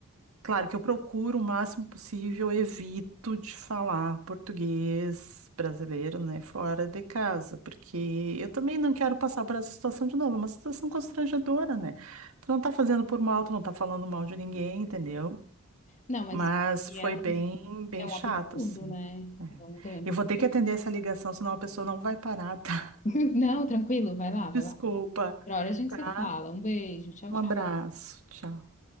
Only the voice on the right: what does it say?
Claro que eu procuro o máximo possível, evito de falar português brasileiro, né? Fora de casa, porque eu também não quero passar por essa situação de novo, é uma situação constrangedora, né? Tu não tá fazendo por mal, tu não tá falando mal de ninguém, entendeu?
Mas
foi
bem, bem
chato,
assim.
né?
Eu vou ter que atender essa ligação, senão a pessoa não vai parar, tá?
<laughs>
Desculpa,
tá?
Um
abraço, tchau.